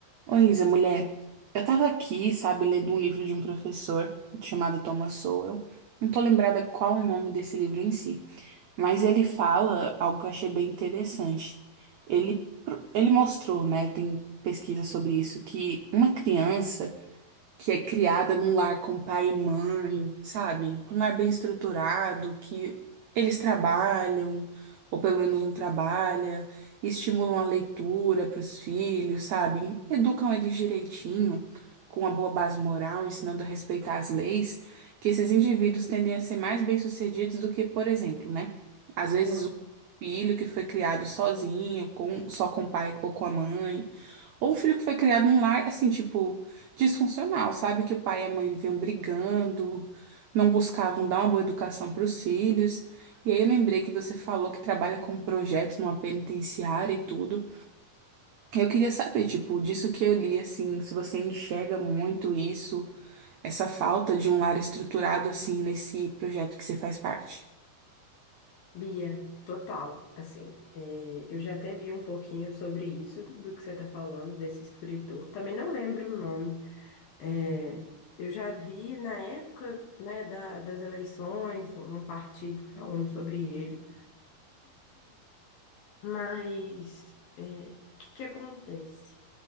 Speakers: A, on the right (about 65°); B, on the left (about 70°).
A: Oi, Isa, mulher. Eu tava aqui, sabe, lendo um livro de um professor chamado Thomas Sowell. Não tô lembrada qual o nome desse livro em si, mas ele fala algo que eu achei bem interessante. Ele, pro- ele mostrou, né, tem pesquisa sobre isso, que uma criança que é criada num lar com pai e mãe, sabe? Um lar bem estruturado, que eles trabalham, ou pelo menos um trabalha, estimulam a leitura para os filhos, sabe? Educam eles direitinho, com uma boa base moral, ensinando a respeitar as leis, que esses indivíduos tendem a ser mais bem-sucedidos do que, por exemplo, né? Às vezes
B: Hum,
A: um filho que foi criado sozinho, com, só com o pai ou com a mãe. Ou um filho que foi criado num lar, assim, tipo, disfuncional, sabe? Que o pai e a mãe viviam brigando, não buscavam dar uma boa educação para os filhos. E aí eu lembrei que você falou que trabalha com um projeto numa penitenciária e tudo. Eu queria saber, tipo, disso que eu li, assim, se você enxerga muito isso, essa falta de um lar estruturado, assim, nesse projeto que você faz parte.
B: Bia, total, assim, é, eu já até vi um pouquinho sobre isso, do que você está falando, desse escritor, também não lembro o nome, É, eu já vi na época, né, da- das eleições, um um partido falando sobre ele, mas é, o que que acontece?